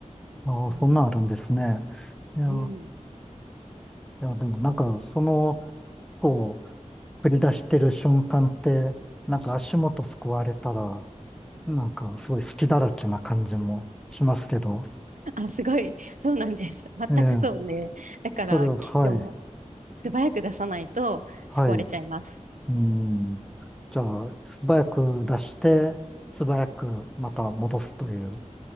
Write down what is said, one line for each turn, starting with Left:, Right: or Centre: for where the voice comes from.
Centre: ああ、
Right: うん
Centre: そんなんあるんですね。いや、
Right: うん。
Centre: いや、でもなんかその、こう、繰り出してる瞬間って、なんか足元すくわれたら、なんか、すごい隙だらけな感じもしますけど、
Right: あ、すごい。そうなんです。全くそうね。
Centre: ええ、
Right: だから、
Centre: それ、はい、
Right: キックも素早く出さないと救われちゃいます。
Centre: はい、うん。じゃあ、素早く出して、素早くまた戻すという、